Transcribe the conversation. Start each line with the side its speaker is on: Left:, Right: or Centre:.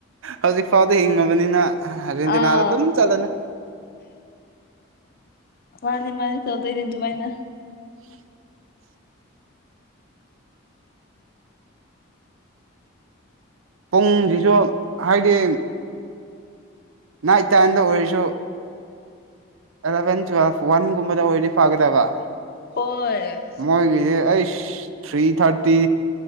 Right: ꯍꯧꯖꯤꯛ ꯐꯥꯎꯗ ꯍꯤꯡꯉꯕꯅꯤꯅ ꯑꯥꯔꯖꯦꯟꯇꯤꯅꯥꯗ
Left: ꯑꯥ
Right: ꯑꯗꯨꯝ ꯆꯠꯂꯂ
Left: ꯃꯥꯅꯦ ꯃꯥꯅꯦ ꯇꯧꯗꯣꯏꯅꯦ ꯑꯗꯨꯃꯥꯏꯅ
Right: <unintelligible> ꯄꯨꯡꯁꯤꯁꯨ ꯍꯥꯏꯗꯤ ꯅꯥꯏꯠ ꯇꯥꯏꯝꯗ ꯑꯣꯏꯔꯁꯨ ꯑꯦꯂꯚꯦꯟ ꯇꯨꯋꯦꯜꯐ ꯋꯥꯟꯒꯨꯝꯕꯗ ꯑꯣꯏꯗꯤ ꯐꯒꯗꯕ
Left: ꯍꯣꯏ
Right: ꯃꯣꯏꯒꯤꯁꯦ ꯑꯩꯁ ꯊ꯭ꯔꯤ ꯊꯥꯔꯇꯤ